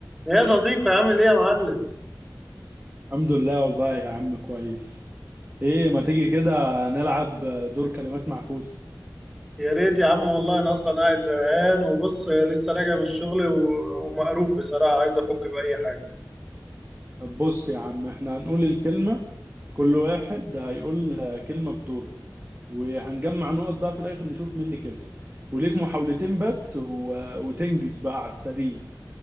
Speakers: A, in the centre; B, on the right.
A: يا صديقي عامل ايه يا معلم
B: الحمد لله والله يا عم كويس ايه ما تيجي كده نلعب دور كلمات معكوسة
A: يا ريت يا عم والله انا اصلا قاعد زهقان وبص لسه راجع من الشغل و- ومقروف بصراحه عايز افك باي حاجه
B: طب بص يا عم احنا هنقول الكلمة كل واحد هيقول كلمة في دوره وهنجمع نقط بقى في الاخر نشوف مين اللي كسب وليك محاولتين بس و... وتنجز بقى على السريع